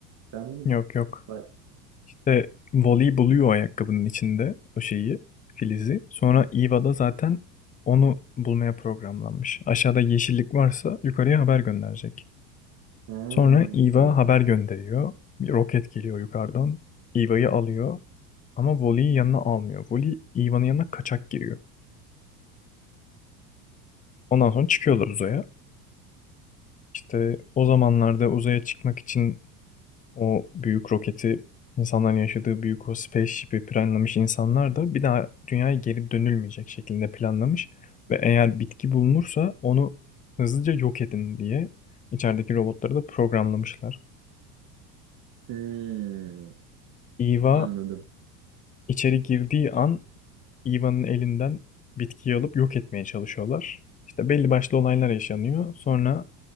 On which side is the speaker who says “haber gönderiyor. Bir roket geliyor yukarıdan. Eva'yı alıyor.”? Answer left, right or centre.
Left